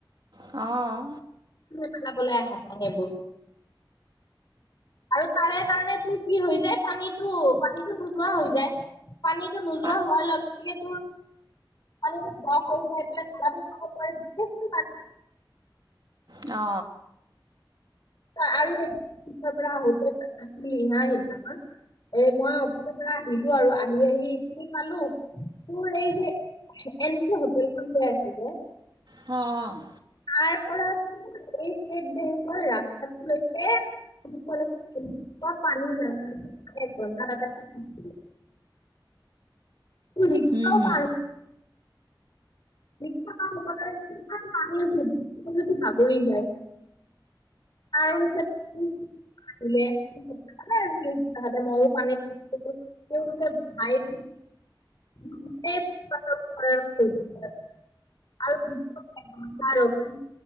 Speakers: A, on the right (about 60°); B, on the left (about 55°).
A: অ'
B: পেলাবলৈ <unintelligible> আৰু তাৰে কাৰণ তো কি হৈ যায় পানীটো পানীটো নোযোৱা হৈ যায়। পানীটো নোযোৱা
A: অঁ
B: হোৱাৰ লগে লগে তোৰ পানীটো ব্লক হৈ যায় পেলাই গোহালিৰ কাষত পৰে
A: অ।
B: আৰু অফিচৰ পৰা আহোতে আহেই সেইদিনা এই মই অফিচৰ পৰা আহিলো আৰু আহি আহি এইখিনি পালো তোৰ এই যে এনটো হোটেলখন যে আছে যে
A: অ, অ।
B: তাৰ পৰা এই ষ্টেট বেংকৰ ৰাস্তাটো লৈকে <unintelligible> এনেকোৱা পানী ৰাম এক ঘণ্টা তাতে <inaudible> ৰিক্সাও
A: হুম হুম
B: ভাল। ৰিক্সা তাৰ লগতে কিমান পানী <inaudible> বাগৰি যায়। আৰু পিছত <unintelligible> আহিলে <unintelligible> মইয়ো পানীত <unintelligible> তেওঁলোকৰ ভাই <unintelligible> গোটেই পাতল কৰাৰ <unintelligible> <unintelligible> আৰু <unintelligible> এঘণ্টা ৰখি